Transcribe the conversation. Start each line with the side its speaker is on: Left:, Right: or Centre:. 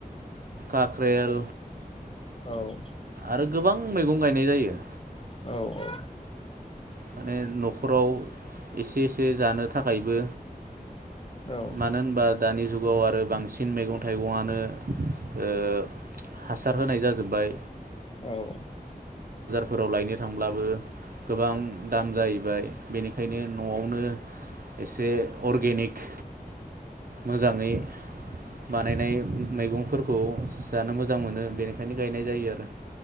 Right: काक्रेल
Left: औ
Right: आरो गोबां मैगं गायनाय जायो
Left: औ औ
Right: माने न' खराव एसे एसे जानो थाखायबो
Left: औ
Right: मानो होनबा दानि जुगाव आरो बांसिन मैगं थाइगंआनो ओ हासार होनाय जाजोब्बाय
Left: औ
Right: फोराव लायनो थांब्लाबो गोबां दाम जाहैबाय बेनिखायनो न'आवनो एसे अरगेनिक मोजाङै बानायनाय मैगंफोरखौ जानो मोजां मोनो बेनिखायनो गायनाय जायो आरो